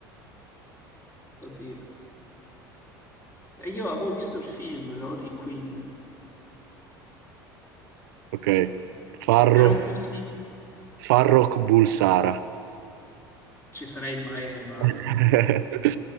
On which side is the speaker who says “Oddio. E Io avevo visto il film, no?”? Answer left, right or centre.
Left